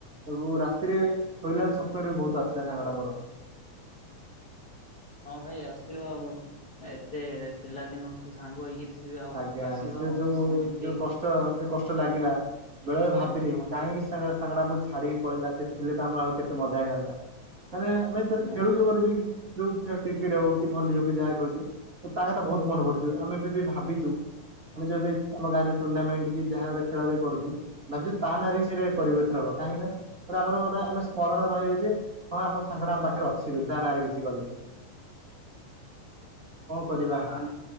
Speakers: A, on the right; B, on the left.
A: ତାକୁ ରାତିରେ ଫୁବି ଆଉ ସକାଳୁ ବି ବହୁତ୍ ଆସିଥିଲା ସାଙ୍ଗଟା ମର।
B: ହଁ ଭାଇ ଆସିବ ଆଉ ଏତେ ପିଲାଦିନଠୁ ସାଙ୍ଗ ହେଇକି ଥିବେ ଆଉ
A: ଆଜ୍ଞା
B: ଆସିବ
A: ସେ
B: ଆଉ
A: ଯୋଉ
B: ସେମିତି
A: ଯୋଉ କଷ୍ଟ ଯଉ କସ ଲାଗିଲା ବେଳେବେଳେ ଭାବିଲି
B: ହଁ
A: କାହିଁକି
B: ଭାଇ
A: ସା ସାଙ୍ଗଟା ମୋ ଛାଡିକି ପଳେଇଲା ସେ ଥିଲେ ତ ଆମର ଆଉ କେତେ ମଜା ହେଇଥାନ୍ତା ମାନେ ଆମେ ତାନେ
B: ମୁଁ
A: ଖେଳୁ ଜଉ ମାନେବି ବି ଯୋଉ ଖେ କ୍ରିକେଟ୍ ହଉ କି ଭଲି ହଉ କି ଯାହା ଖେଳଛୁ ତ ତା କଥା ବହୁତ୍ ମନେ ପଡ଼ୁଚି ଆମେ ବିଭା ଭାବିଚୁ। ଆମେ ଯେବେ ଆମ ଗାଁରେ ଟୁର୍ଣ୍ଣାମେଣ୍ଟ କି ଯାହା ଗୋଟେ ଖେଳ ବି କରୁଛୁ ଭାବୁଛୁ ତା ନାଁରେ ହିଁ ସେଇରା କରିବୁ ଏଥର କାହିଁକି ନା ଆମର ଗୋଟେ ଆମେ ସ୍ମରଣ ରହିବେ ଯେ ହଁ ଆମ ସାଙ୍ଗଟା ଆମ ପାଖରେ ଅଛି ବୋଲି ତା ନାଁରେ କିଛି ଗଲେ। କରିବା
B: ଆ